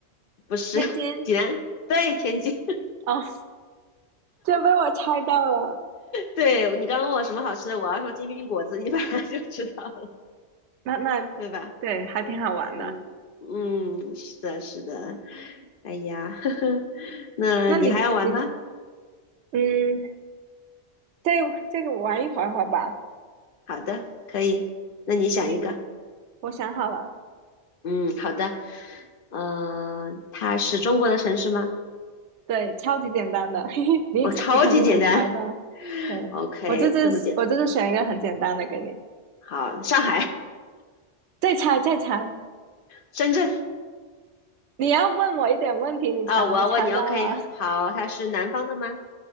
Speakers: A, on the left; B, on the right.
A: 不是，
B: 天津。
A: 济南，对，天津，
B: 哦，这被我猜到了。
A: 对你刚刚问我什么好吃的，我要说煎饼果子，你 <laughs> 马上就知道了，
B: 那那
A: 对吧？
B: 对，还挺好玩的。
A: 嗯嗯，是的，是的。哎呀，<laughs> 呵呵，那你还要玩吗？
B: 那你你嗯，这这个玩一会儿会吧。
A: 好的，可以。那你想一个。
B: 行，我想好了，
A: 嗯，好的。嗯、呃它是中国的城市吗？
B: 对，超级简单的，<laughs> 嘿嘿，你猜你肯定能猜到。
A: 哦，超级简单。<laughs>
B: 对，
A: OK，
B: 我这次是我这次选一个很简单的给你，
A: 这么简单。好，上海、
B: 再猜再猜，
A: 深圳
B: 你要问我一点问题，你才能猜到啊。
A: 啊、我要问你。OK，好，它是南方的吗？